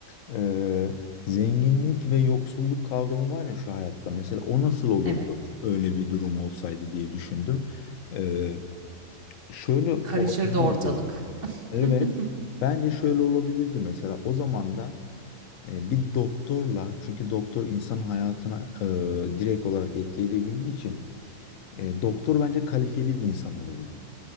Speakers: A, on the left; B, on the right.
A: Ee, zenginlik ve yoksulluk kavramı var ya şu hayatta. Mesela o nasıl olurdu
B: Evet,
A: öyle bir durum olsaydı diye düşündüm. Ee, şöyle
B: karışırdı
A: olabilirdi.
B: ortalık. <laughs>
A: Evet. Bence şöyle olabilirdi mesela o zaman da e, bir doktorla çünkü doktor insan hayatına e, direkt olarak etki edebildiği için e, doktor bence kalifeli bir insan olurdu.